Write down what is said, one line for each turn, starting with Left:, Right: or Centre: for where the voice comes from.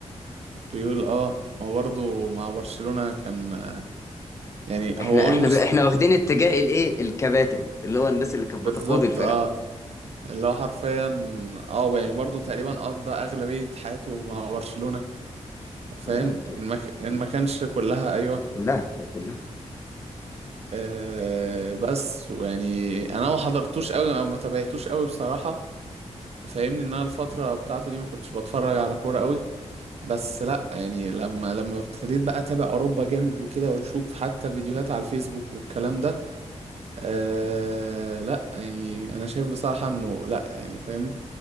Right: بيقول اه هو برضه مع برشلونة كان آه، يعني
Left: احنا
Right: هو اولموست
Left: احنا ب... احنا واخدين اتجاه الايه الكباتن اللي هو الناس اللي كانت
Right: بالظبط
Left: بتقود الفرق
Right: اه اللي هو حرفيا اه يعني برضه تقريبا قضى اغلبية حياته مع برشلونة
Left: كلها
Right: فاهم
Left: طبعا
Right: ان ما ك- إن ما كانش كلها ايوه
Left: كلها كلها
Right: آه بس ويعني انا ما حضرتوش قوي او ما تابعتوش قوي بصراحة فاهمني ان انا الفترة بتاعته دي ما كنتش بتفرج على كورة قوي بس لا يعني لما لما ابتديت بقى اتابع اوروبا جامد وكده واشوف حتى فيديوهات على الفيسبوك والكلام ده آه لا يعني انا شايف بصراحة انه لا يعني فاهم